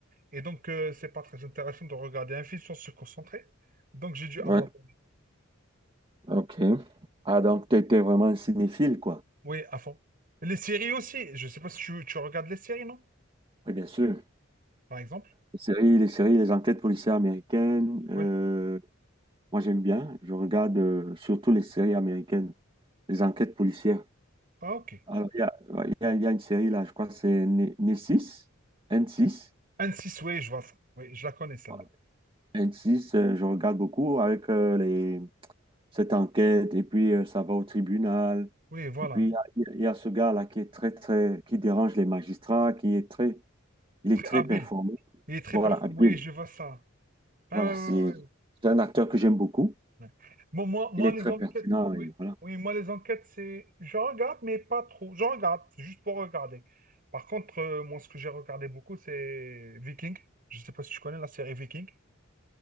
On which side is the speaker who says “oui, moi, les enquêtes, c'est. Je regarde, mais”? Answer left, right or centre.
Right